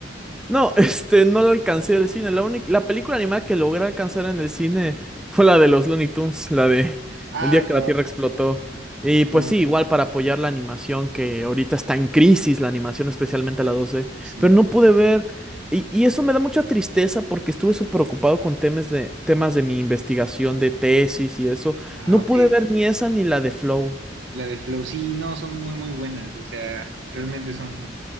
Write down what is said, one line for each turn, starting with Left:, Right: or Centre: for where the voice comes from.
Centre: No, <laughs> este, no lo alcancé del cine. La única, la película animada que logré alcanzar en el cine fue la de los Looney Tunes, la de
Right: Ah,
Centre: El día que
Right: wow,
Centre: la Tierra explotó. Y pues
Right: wow.
Centre: sí, igual para apoyar la animación que ahorita está en crisis, la animación especialmente la
Right: Sí.
Centre: 2D,
Right: sí.
Centre: pero no pude ver y, y eso me da mucha tristeza porque estuve súper ocupado con temas de, temas de mi investigación de tesis y eso.
Right: Ah,
Centre: No
Right: ok,
Centre: pude
Right: ok,
Centre: ver
Right: ok.
Centre: ni esa ni la de Flow.
Right: La de Flow, sí, no, son muy, muy buenas, o sea, realmente son,